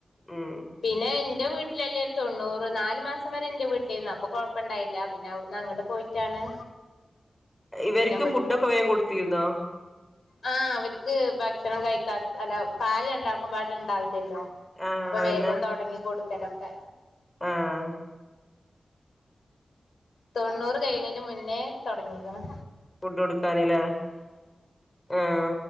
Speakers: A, on the left; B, on the left.
A: ഉ
B: പിന്നെ എന്റെ വീട്ടിൽ വീട്ടിലല്ലേ തൊണ്ണൂറ് നാലല് മാസം വരെ എൻറെ വീട്ടിലന്ന് അപ്പൊ കൊഴപ്പം ഉണ്ടായില്ല പിന്നെ അവിടുന്ന് അങ്ങോട്ട് പോയിട്ടാണ്
A: ഇവർക്ക്
B: പിന്നെ
A: ഫുഡൊക്കെ വേഗം കൊടുത്തിരുന്നോ
B: ആഹ അവർക്ക് ഭക്ഷണം കഴിക്കാ അല്ല പാല് രണ്ടാക്കുമ്പാട ഉണ്ടാവില്ലല്ലോ
A: ആഹ്
B: അപ്പൊ
A: അതന്നെ
B: വേഗം തൊടങ്ങി കൊടുക്കലൊക്കെ
A: ആഹ്
B: തൊണ്ണൂറ് കഴിഞ്ഞന് മുന്നേ തുടങ്ങിക്കണ്
A: ഫുഡ് കൊടുക്കാനില്ല ആഹ